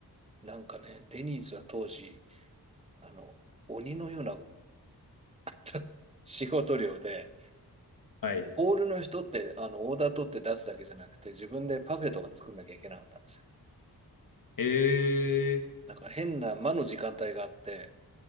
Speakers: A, on the right; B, on the left.
A: なんかね、デニーズは当時、あの、鬼のような <laughs> 仕事量で、
B: はい。
A: ホールの人って、あの、オーダー取って出すだけじゃなくて、自分でパフェとか作んなきゃいけなかったんですよ。
B: えー
A: だから変な間の時間帯があって、